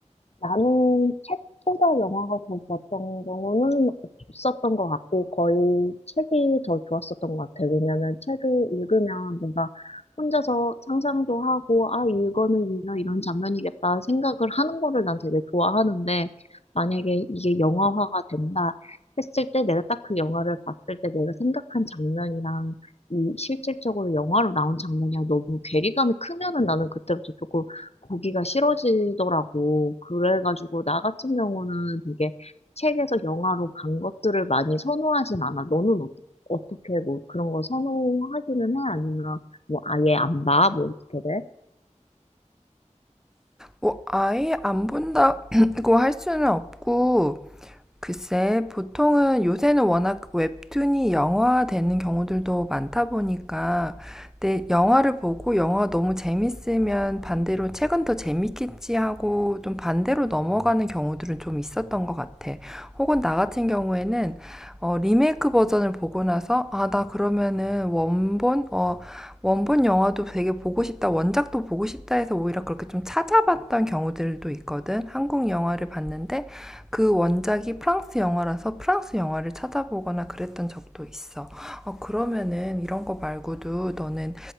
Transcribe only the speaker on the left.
나는 책보다 영화가 더 좋았던 경우는 없었던 것 같고, 거의 책이 더 좋았었던 것 같아요. 왜냐면 책을 읽으면 내가 혼자서 상상도 하고, 아, 이거는 이런, 이런 장면이겠다 생각을 하는 거를 난 되게 좋아하는데, 만약에 이게 영화화가 된다 했을 때 내가 딱 그 영화를 봤을 때 내가 생각한 장면이랑 이 실질적으로 영화로 나온 장면이랑 너무 괴리감이 크면은 나는 그때부터 조금 보기가 싫어지더라고. 그래가지고 나 같은 경우는 되게 책에서 영화로 간 것들을 많이 선호하진 않아. 너는 어떠, 어떻게 뭐 그런 거 선호하기는 해? 아니면 뭐 아예 안 봐? 뭐 어떻게 돼?